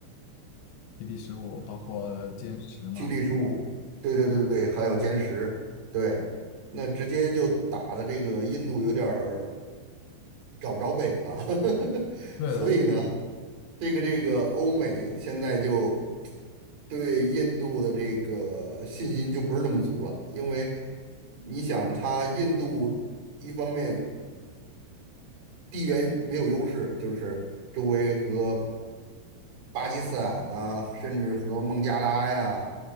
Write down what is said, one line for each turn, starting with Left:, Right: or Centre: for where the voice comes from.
Left: p d 十五包括歼十嘛。
Right: 驱力十五，对对对对，还有歼十，对，那直接就打的这个印度有点儿找不着北了，<laughs>
Left: 对的，
Right: 所以呢，这个这个欧美现在就对印度的这个信心就不是那么足了，因为你想，它印度一方面。地缘没有优势，就是周围和巴基斯坦呐、甚至和孟加拉呀，